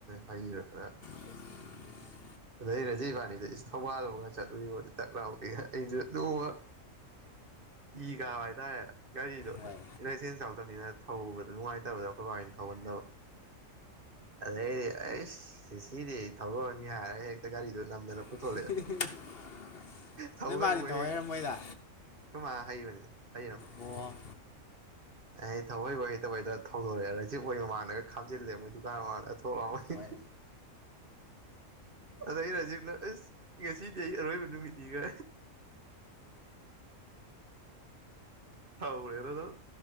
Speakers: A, on the right; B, on the left.
A: ꯍꯩꯔ ꯈꯔ
B: <inaudible>
A: ꯑꯗꯩ ꯔꯖꯤ ꯏꯕꯥꯅꯤꯗ ꯏꯁ ꯊꯧꯕꯥꯜꯗꯒ ꯆꯠꯂꯨꯏꯕꯧꯅꯤ ꯇꯛ ꯂꯥꯎꯒ ꯑꯩꯗꯨ ꯅꯣꯡꯃ ꯏ ꯀꯥꯕ ꯍꯥꯏꯇꯥꯔꯦ ꯒꯥꯔꯤꯗꯨꯣꯂꯥꯏꯁꯦꯟꯁ
B: ꯍꯣꯏ
A: ꯌꯥꯎꯗꯕꯅꯤꯅ ꯊꯧꯕꯗ ꯅꯨꯡꯉꯥꯏꯇꯕꯗ ꯑꯩꯈꯣꯏ ꯕꯥꯥꯏꯅ ꯊꯧꯍꯟꯗꯕ ꯑꯗꯩꯗꯤ ꯑꯩ ꯁꯤꯗꯤ ꯊꯧꯔꯛꯑꯅꯤ ꯍꯥꯏꯔꯦ ꯍꯦꯛꯇ ꯒꯥꯔꯤꯗꯨꯣ ꯅꯝꯗꯅ ꯄꯨꯊꯣꯛꯂꯛꯑꯦ
B: <inaudible>
A: ꯊꯧ
B: ꯅꯣꯏ
A: ꯍꯩꯕꯣꯏ
B: ꯃꯥꯗꯤ
A: ꯍꯩ
B: ꯍꯩꯔꯝꯃꯣꯏꯗ
A: ꯑꯩꯈꯣꯏ ꯃꯥ ꯍꯩꯕꯅꯤꯗ ꯍꯩꯔꯕꯝ
B: ꯑꯣ
A: ꯑꯩ ꯊꯑꯣꯏ ꯍꯣꯏ ꯍꯩ ꯇꯕꯩꯗ ꯊꯧꯗꯣꯔꯛꯑꯦ ꯔꯦꯖꯤꯛ ꯑꯣꯏꯒ ꯃꯥꯡꯅꯒ ꯈꯥꯝꯜꯂꯦ ꯃꯣꯏ ꯗꯨꯀꯥꯟ ꯃꯃꯥꯡꯗ
B: ꯍꯣꯏ
A: <unintelligible> ꯑꯗ ꯑꯩ ꯔꯥꯖꯤꯞꯅ ꯑꯁ ꯉꯁꯤꯗꯤ ꯑꯩ ꯑꯔꯣꯏꯕꯅꯤ ꯅꯨꯃꯤꯅꯤꯒ ꯊꯧꯔꯦꯗꯅ ꯑꯗꯨꯝ